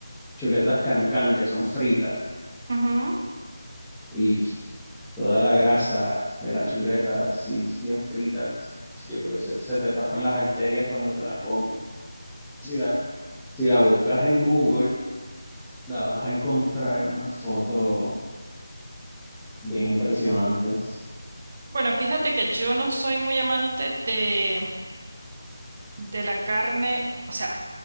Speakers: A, in the centre; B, on the right.
A: chuletas cancán, que son fritas.
B: Ujú.
A: y toda la grasa de las chuletas, si bien fritas, yo creo que se, se te tapan las arterias cuando te la comes. Si la, si la buscas en Google, la vas a encontrar en una foto bien impresionante.
B: Bueno, fíjate que yo no soy muy amante de, de la carne, o sea,